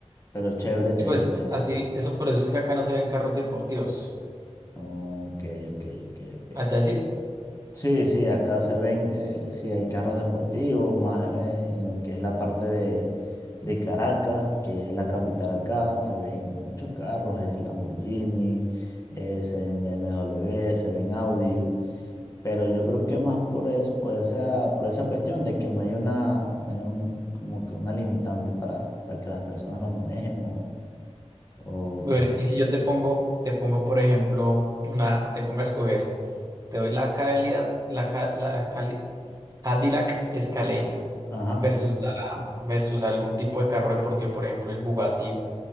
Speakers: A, on the left; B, on the right.
A: pero chévere,
B: sí,
A: chévere,
B: pues
A: chévere.
B: así, eso por eso es que acá no se ven carros deportivos.
A: Ok, ok, ok, ok.
B: Allá sí.
A: Sí, sí, acá se ven, eh, sí hay carros deportivos, más eh, en lo que es la parte de, de Caracas, que es la capital acá, se ven muchos carros, eh, Lamborghini, eh, se ven BMW, se ven Audi, pero yo creo que más por, es, por esa, por esa cuestión de que no hay una, no hay un- como que una limitante para, para que las personas lo manejen o, o-
B: Bueno, y si yo te pongo, te pongo por ejemplo, una, te pongo a escoger. Te doy la calidad, la, ca- la, cali- Cadillac Escalade
A: ah, ajá,
B: versus la versus algún tipo de carro deportivo, por ejemplo, el Bugatti,